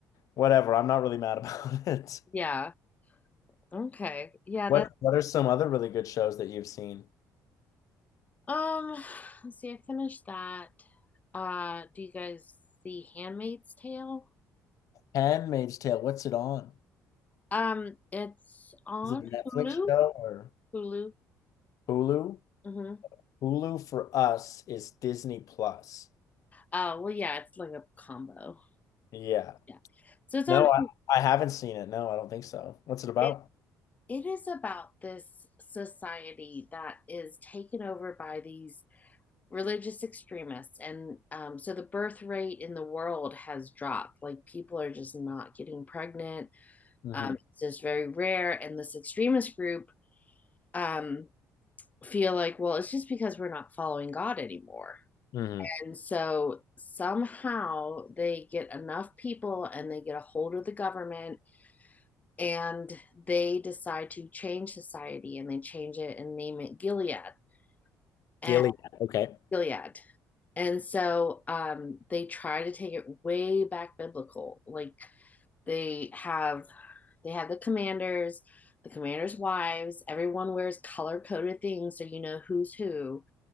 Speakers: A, on the left (about 60°); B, on the left (about 25°).
A: whatever. I'm not really mad about <laughs> it.
B: Yeah. Okay. Yeah,
A: What
B: that
A: what are some other really good shows that you've seen?
B: um let's see, I finished that. Uh do you guys see Handmaid's Tale?
A: Handmaid's Tale, what's it on?
B: Um it's on
A: Is it a Netflix
B: Hulu.
A: show or
B: Hulu.
A: Hulu?
B: Mm-hmm.
A: Hulu for us is Disney Plus.
B: Uh well yeah, it's like a combo.
A: Yeah.
B: Yeah. So it's on
A: No, I, I haven't seen it. No, I don't think so. What's it about?
B: it it is about this society that is taken over by these religious extremists and um, so the birth rate in the world has dropped like people are just not getting pregnant
A: Mm-hmm.
B: um, it's just very rare and this extremist group um, feel like well it's just because we're not following god anymore
A: hmm
B: and so somehow they get enough people and they get a hold of the government and they decide to change society and they change it and name it Gilead and
A: Gilead. Okay.
B: Gilead. And so um, they try to take it way back biblical. Like they have they have the commanders, the commanders' wives. Everyone wears color coded things so you know who's who.